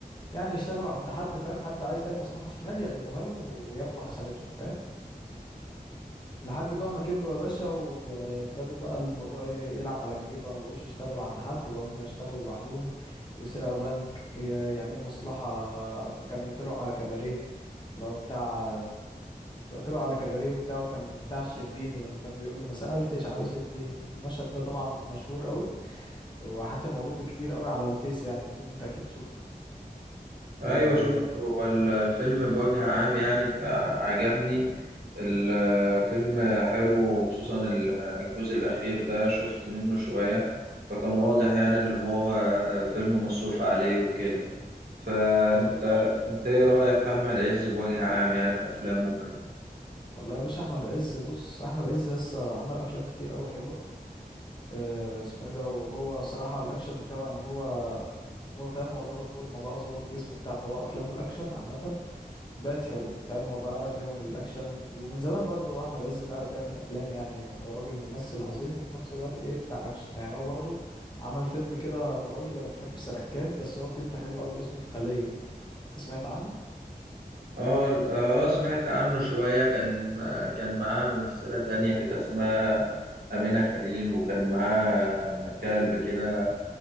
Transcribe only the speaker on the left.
يعني يشتغلوا عند حد فاهم حد عايز اي مصلحة شمال يعملوها لهم وياخدوا حسنتهم فاهم لحد بقى ما كبروا يا باشا وابتدوا بقى الموضوع ي- يلعب على كبير بقى ما بقوش يشتغلوا عند حد بقى هم يشتغلوا لوحدهم ويسرقوا بنك ي- يعملوا مصلحة كانوا طلعوا على كباريه اللي هو بتاع طلعوا على كباريه وبتاعه كان بتاع الشربيني لما كان بيقول له ما سألتش على شربيني المشهد ده طبعا مشهور قوي هو حتى موجود كتير قوي على الفيس يعني المفروض انت اكيد شفته
اه
اه يا باشا
والله يا باشا احمد عز بص احمد عز لسه عمل افلام كتير قوي حلوه آه اسمه ايه ده وهو صراحه الاكشن بتاعه ان هو هو فاهم هو ظبط فورمه بقى وظبط جسمه بتاع فهو افلامه الاكشن عامه بقت حلوه فاهم هو بيعرف يعمل الاكشن ومن زمان برضو احمد عز بيعرف يعمل افلام يعني هو راجل ممثل عظيم وفي نفس الوقت ايه بتاع اكشن يعني هو برضو عمل فيلم كده قريب انا مش فاكر سنه كام بس هو فيلم حلو قوي اسمه الخليه سمعت عنه